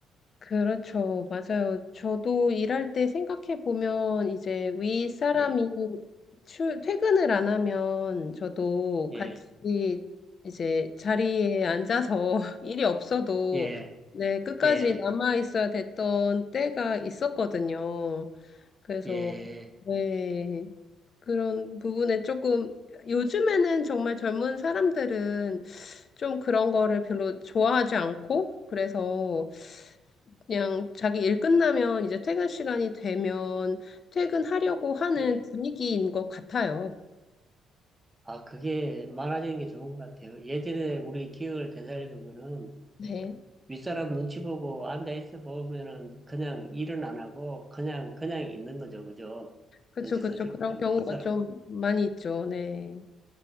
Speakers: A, on the left; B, on the right.
A: 그렇죠. 맞아요. 저도 일할 때 생각해 보면 이제 윗사람이
B: 예,
A: 출, 퇴근을 안 하면 저도
B: 예,
A: 같이 이제 자리에 앉아서 <laughs> 일이 없어도
B: 예,
A: 네, 끝까지
B: 예,
A: 남아 있어야 됐던 때가 있었거든요. 그래서
B: 예,
A: 네, 그런 부분에 조금 요즘에는 정말 젊은 사람들은 좀 그런 거를 별로 좋아하지 않고 그래서 그냥 자기 일 끝나면 이제 퇴근 시간이 되면 퇴근하려고 하는
B: 예.
A: 분위기인 것 같아요.
B: 아, 그게 많아지는 게 좋은 것 같아요. 예전에 우리 기억을 되살려보면은
A: 네.
B: 윗사람 눈치 보고 앉아있어 보면은 그냥 일은 안 하고 그냥, 그냥 있는 거죠. 그죠?
A: 그쵸,
B: 눈치
A: 그쵸.
B: 살펴보면
A: 그런 경우가
B: 윗사람.
A: 좀 많이 있죠. 네.